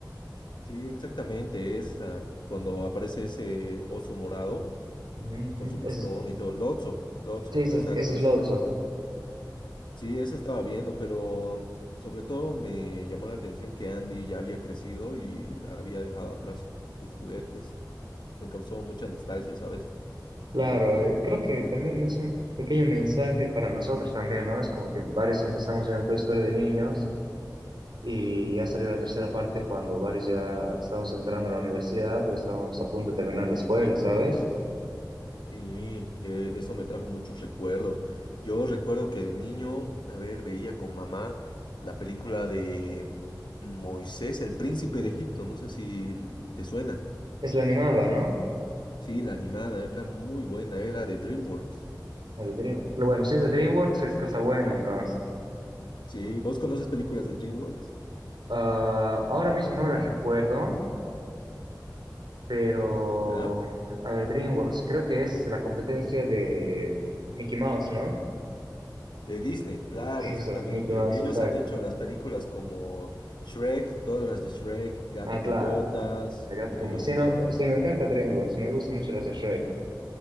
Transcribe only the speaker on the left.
Sí, exactamente esa. Cuando aparece ese oso morado
con su bastón
y todo. Lotso, Lotso,
exacto.
ese
era. Sí, esa estaba viendo, pero sobre todo me llamó la atención que Andy ya había crecido y había dejado atrás sus juguetes. Me causó mucha nostalgia, ¿sabes?
Sí, eh, eso me trajo muchos recuerdos. Yo recuerdo que de niño, a ver, veía con mamá la película de Moisés, el príncipe de Egipto, no sé si te suena.
Sí, la animada era muy buena, era de DreamWorks.
Sí, ¿vos conoces películas de DreamWorks?
¿Ya?
De Disney,
claro,
exactamente.
Ellos
han hecho las películas como Shrek, todas las de Shrek, Gato
con
Botas.
eh,